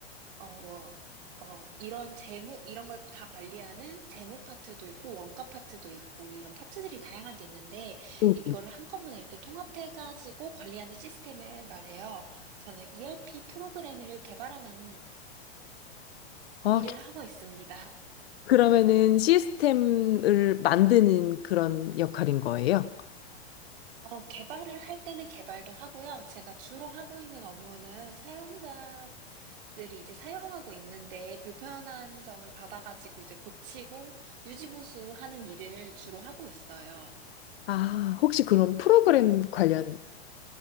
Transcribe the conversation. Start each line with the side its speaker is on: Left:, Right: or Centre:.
Right: 어, 뭐, 어, 이런 재무, 이런 걸 다 관리하는 재무 파트도 있고, 원가 파트도 있고, 이런 파트들이 다양하게 있는데,
Left: 네.
Right: 이거를 한꺼번에 이렇게 통합해가지고 관리하는 시스템을 말해요. 저는 ERP 프로그램을 개발하는
Left: 아,
Right: 일을 하고 있습니다.
Left: 그러면은 시스템을 만드는 그런 역할인 거예요?
Right: 어, 개발을 할 때는 개발도 하고요. 제가 주로 하고 있는 업무는 사용자 들이 이제 사용하고 있는데 불편한 점을 받아가지고 이제 고치고 유지보수하는 일을 주로 하고 있어요.
Left: 아, 혹시 그런 프로그램 관련이신